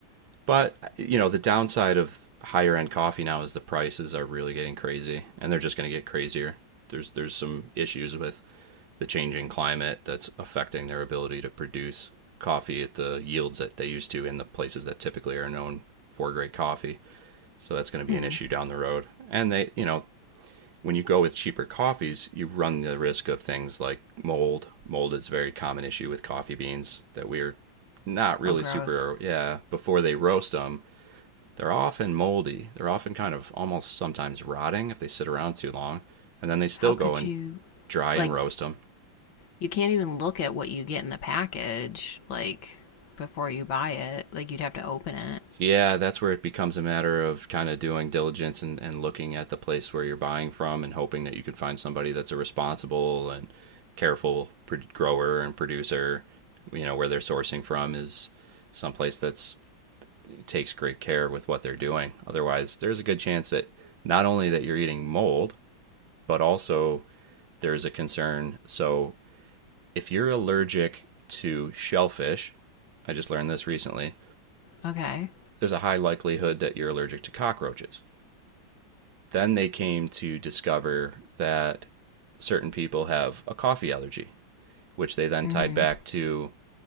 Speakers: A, on the right; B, on the left.
A: But you know, the downside of higher end coffee now is the prices are really getting crazy, and they're just going to get crazier. There's there's some issues with the changing climate that's affecting their ability to produce coffee at the yields that they used to in the places that typically are known for great coffee. So that's going to
B: Hmm.
A: be an issue down the road. And they, you know, when you go with cheaper coffees, you run the risk of things like mold. Mold is a very common issue with coffee beans that we are not really
B: Oh, gross.
A: super, yeah, before they roast them, they're often moldy. They're often kind of almost sometimes rotting if they sit around too long. And then they still
B: How could
A: go and
B: you,
A: dry
B: like,
A: and roast them.
B: you can't even look at what you get in the package, like, before you buy it. Like, you'd have to open it.
A: Yeah, that's where it becomes a matter of kind of doing diligence and, and looking at the place where you're buying from and hoping that you can find somebody that's a responsible and careful pr- grower and producer, you know, where they're sourcing from is someplace that's takes great care with what they're doing. Otherwise, there's a good chance that not only that you're eating mold, but also there's a concern. So, if you're allergic to shellfish, I just learned this recently,
B: Okay.
A: there's a high likelihood that you're allergic to cockroaches. Then they came to discover that certain people have a coffee allergy, which they then
B: Mm
A: tied
B: hmm.
A: back to